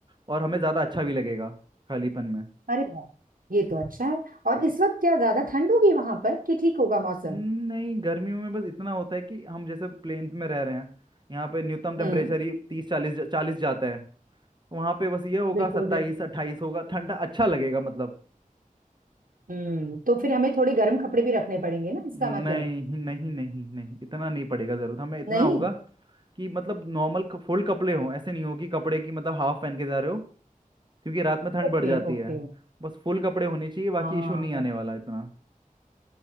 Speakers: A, on the right (about 30°); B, on the right (about 70°).
A: और हमें ज़्यादा अच्छा भी लगेगा खालीपन में
B: अरे वाह ये तो अच्छा है और इस वक्त क्या ज्यादा ठंड होगी वहां पर कि ठीक होगा मौसम
A: नहीं गर्मियों में बस इतना होता है कि हम जैसे प्लेन्स में रह रहे हैं यहाँ पे न्यूनतम टेम्परेचर
B: हम्म
A: ही तीस चालीस चालीस जाता है वहाँ पे बस ये होगा
B: बिल्कुल
A: सत्ताईस
B: बिल्कुल
A: अट्ठाईस होगा ठंडा अच्छा लगेगा मतलब
B: हम्म तो फिर हमें थोड़े गर्म कपड़े भी रखने पड़ेंगे ना इसका
A: नहीं
B: मतलब
A: नहीं नहीं नहीं इतना नहीं पड़ेगा जरूरत हमें इतना
B: नहीं
A: होगा कि मतलब नॉर्मल फुल कपड़े हों ऐसे नहीं हो कि कपड़े की मतलब हाफ पहन के जा रहे हो क्योंकि रात में ठंड
B: Okay
A: बढ़ जाती
B: okay
A: है बस फुल कपड़े होने चाहिए बाकी
B: हाँ
A: इशू नहीं
B: पर
A: आने वाला इतना